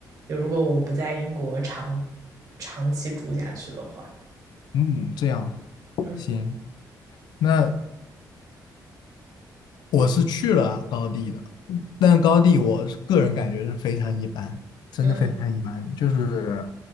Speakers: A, on the right (about 50°); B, on the left (about 80°).
A: 就如果我不在英国长长期住下去的话，
B: 嗯，这样
A: 嗯
B: 行。那我是去了高地的，但高地我个人感觉是非常一般，真的非常一般。
A: 嗯
B: 就是